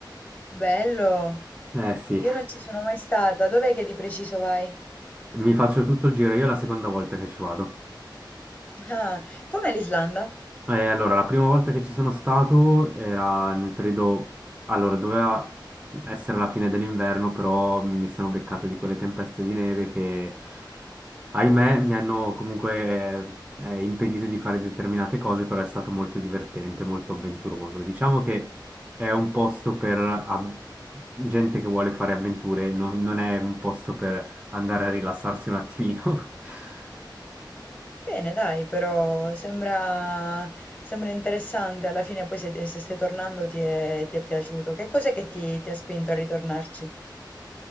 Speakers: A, on the left (about 20°); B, on the right (about 15°).
A: Bello!
B: Eh sì,
A: Io non ci sono mai stata, dov'è che di preciso vai?
B: mi faccio tutto il giro, io è la seconda volta che ci vado.
A: Ah, com'è l'Islanda?
B: Eh, allora, la prima volta che ci sono stato era nel periodo, allora, doveva essere la fine dell'inverno, però mi sono beccato di quelle tempeste di neve che, ahimè,
A: Uff.
B: mi hanno comunque eh, eh, impedito di fare determinate cose, però è stato molto divertente, molto avventuroso. Diciamo che è un posto per a- gente che vuole fare avventure, non non è un posto per andare a rilassarsi un attimino. <laughs>
A: Bene, dai, però sembra, sembra interessante. Alla fine poi se, se stai tornando ti è, ti è piaciuto. Che cos'è che ti, ti ha spinto a ritornarci?